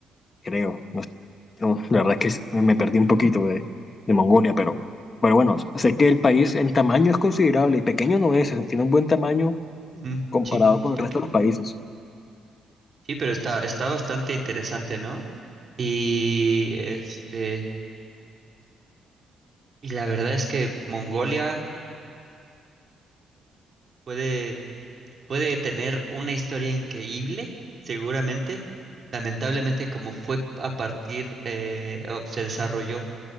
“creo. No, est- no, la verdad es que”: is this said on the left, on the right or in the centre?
Left